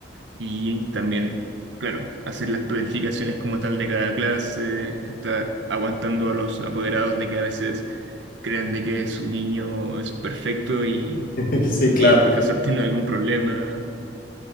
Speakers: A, on the right (about 70°); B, on the left (about 50°).
A: y también, claro, hacer las planificaciones como tal de cada clase, estar aguantando a los apoderados de que a veces creen de que su niño es perfecto y
B: <laughs> Sí, claro.
A: y el profesor <laughs> tiene algún problema,